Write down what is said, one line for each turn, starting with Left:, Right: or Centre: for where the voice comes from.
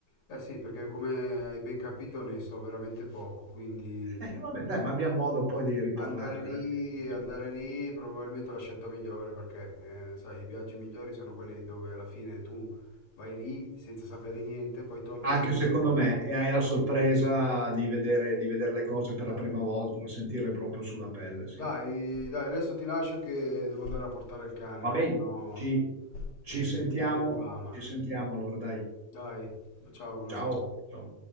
Left: Eh sì, perché come hai ben capito ne so veramente poco, quindi
Right: <laughs> Eh, vabbè, dai, ma abbiamo modo poi di riparlarne,
Left: andare lì,
Right: dai. tranquillo.
Left: andare lì probabilmente è la scelta migliore perché eh, sai, i viaggi migliori sono quelli dove alla fine tu vai lì senza sapere niente, poi torni
Right: Anche
Left: con qualcosa.
Right: secondo me, e hai la sorpresa di vedere, di vedere le cose
Left: Dai,
Right: per la prima volta, sentirle proprio sulla pelle, sì.
Left: dai, dai, adesso ti lascio che devo andare a portare il cane,
Right: Va
Left: che
Right: bene,
Left: sennò
Right: ci, ci
Left: eh,
Right: sentiamo,
Left: mi, mi reclama.
Right: ci sentiamo allora, dai.
Left: Dai, ciao, buonasera.
Right: Ciao. Ciao.